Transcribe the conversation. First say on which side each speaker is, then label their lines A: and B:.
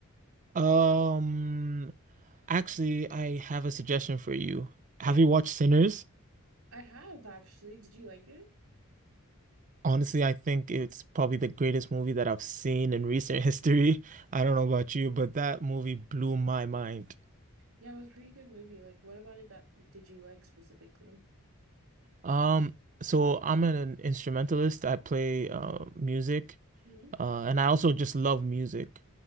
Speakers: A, on the right; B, on the right.
A: Um, actually, I have a suggestion for you.
B: Yeah,
A: Have you watched Sinners?
B: I have actually. Did you like it?
A: Honestly, I think it's probably the greatest movie that I've seen in recent <laughs> history. I don't know about you, but that movie blew my mind.
B: Yeah, it was a pretty good movie. Like, what about it that did you like specifically?
A: Um, so I'm an instrumentalist. I play uh music,
B: Mm-hmm.
A: uh, and I also just love music.